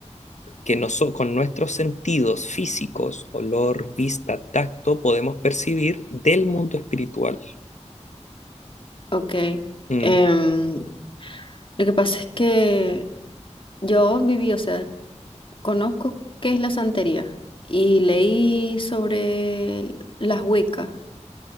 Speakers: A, on the left; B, on the left.
A: que noso- con nuestros sentidos físicos, olor, vista, tacto, podemos percibir del mundo espiritual.
B: Ok.
A: Mm,
B: Em, lo que pasa es que yo viví, o sea, Conozco qué es la santería y leí sobre el- las Wiccas,